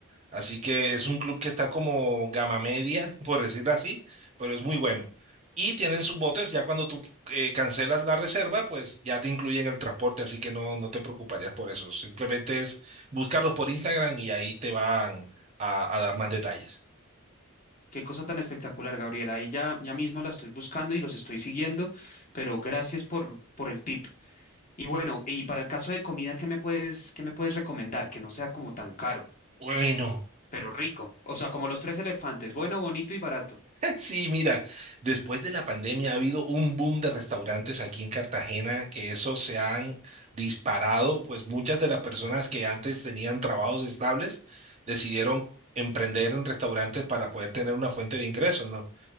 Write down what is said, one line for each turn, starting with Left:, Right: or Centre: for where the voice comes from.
Right: Así que es un club que está como gama media, <laughs> por decirlo así, pero es muy bueno. Y tienen sus botes, ya cuando tú eh, cancelas la reserva, pues ya te incluyen el transporte, así que no, no te preocuparías por eso. Simplemente es buscarlos por Instagram y ahí te van a a dar más detalles.
Left: Qué cosa tan espectacular, Gabriela. Ahí ya, ya mismo la estoy buscando y los estoy siguiendo, pero gracias por, por el tip. Y bueno, y para el caso de comida, ¿qué me puedes, qué me puedes recomendar? Que no sea como tan caro,
Right: Bueno.
Left: pero rico. O sea, como los tres elefantes, bueno, bonito y barato.
Right: Sí, mira, después de la pandemia ha habido un boom de restaurantes aquí en Cartagena que eso se han disparado, pues muchas de las personas que antes tenían trabajos estables decidieron emprender en restaurantes para poder tener una fuente de ingresos, ¿no?